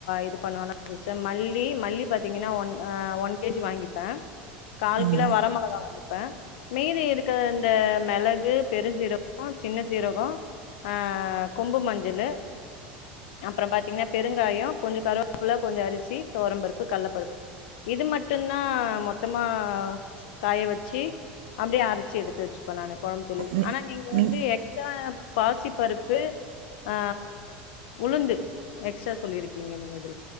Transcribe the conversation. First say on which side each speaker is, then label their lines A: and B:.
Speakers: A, on the left; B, on the right.
A: இது பண்ணுவ சிஸ்டர் மல்லி மல்லி பாத்தீங்னா ஒ ஒன் கேஜி வாங்கிப்பே கால்
B: ம்
A: கிலோ வர மிளகா வாங்கிப்பே மீதி இருக்குற அந்த மெளகு பெருஞ்சீரகோ சின்ன சீரகோ அ கொம்பு மஞ்சளு அப்றோ பாத்தீங்னா பெருங்காயோ கொஞ்சோ கருவேப்புள்ள கொஞ்சோ அரிசி தொவரம் பருப்பு கல்லப்பருப்பு இது மட் மட்டுதா மொத்தமா காய வச்சு அப்டே அரைச்சி எடுத்து வச்சுப்பே நானு கொழம்பு தூளு
B: நீ
A: ஆனா நீங்க
B: நீ
A: வந்து எக்ஸ்ட்ரா பாசி பருப்பு ஆ உளுந்து எக்ஸ்ட்ரா சொல்லிருக்கீங்க நீங்க இதுல